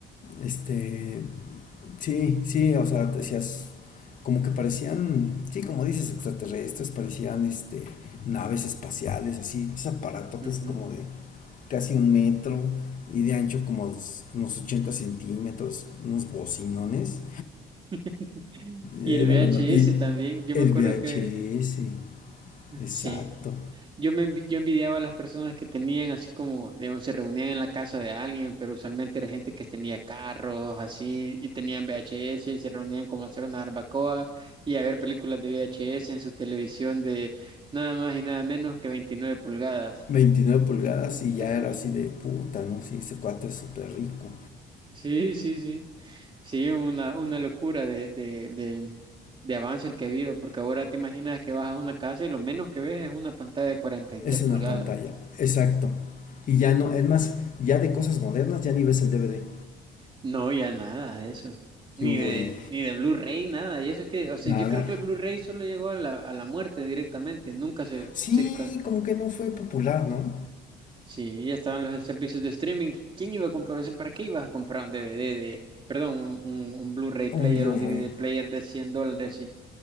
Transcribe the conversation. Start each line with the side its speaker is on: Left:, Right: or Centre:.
Left: Este, Sí, sí, o sea, decías, como que parecían, sí, como dices, extraterrestres, parecían este naves espaciales, así, esos aparatotes
Right: Ujú,
Left: como
Right: ujú.
Left: de casi un metro y de ancho como s- unos 80 centímetros, unos bocinones.
Right: <laughs> Y
Left: Era
Right: el VHS
Left: la no- y
Right: también, yo
Left: el
Right: me acuerdo
Left: VHS,
Right: que
Left: exacto,
Right: sí. Yo me envi- yo envidiaba a las personas que tenían así como, digamos, se reunían en la casa de alguien, pero usualmente era gente que tenía carros así y tenían VHS y se reunían como a hacer una barbacoa y a ver películas de VHS en su televisión de nada más y nada menos que 29 pulgadas.
Left: veintinueve pulgadas y ya
Right: Ay,
Left: era así de puta, ¿no? Sí, ese cuate es súper rico.
Right: sí, sí, sí. Sí, una, una locura de, de, de, de avance el que ha habido, porque ahora te imaginas que vas a una casa y lo menos que ves es una pantalla de 43
Left: Es
Right: pulgadas.
Left: una pantalla, exacto. Y ya no, es más, ya de cosas modernas ya ni ves el DVD.
Right: No, ya nada de eso.
Left: ¿Qué
Right: Ni
Left: hubo,
Right: de,
Left: Lee?
Right: ni de Blu-ray, nada. Y eso es que, o sea,
Left: Nada.
Right: yo creo que el Blu-ray solo llegó a la, a la muerte directamente. Nunca se,
Left: Sí,
Right: se expand-
Left: como que no fue popular, ¿no?
Right: Sí, ya estaban los servicios de streaming. ¿Quién iba a comprar? O sea, ¿para qué ibas a comprar un DVD de, perdón, un, un, un Blu-ray player
Left: Un Blu-ray.
Right: o un DVD player de 100 dólares? Y